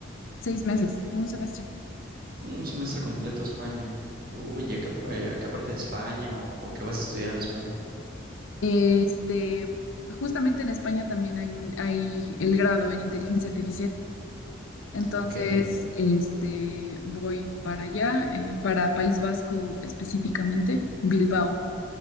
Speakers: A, on the left; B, on the right.
A: Seis meses, un semestre.
B: Un semestre completo a España. Uy, ¿y ¿a qué, eh, a qué parte de España o, o qué vas a estudiar en España?
A: Este, justamente en España también hay un, hay el grado en inteligencia artificial. Entonces,
B: Ok,
A: este, voy para allá, eh, para País Vasco específicamente, Bilbao,